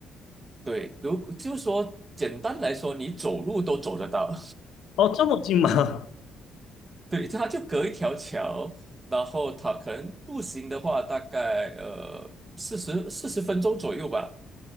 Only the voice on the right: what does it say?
对，如就说简单来说，你走路都走得到，
<laughs> 对，它就隔一条桥，然后它可能步行的话，大概呃四十四十分钟左右吧。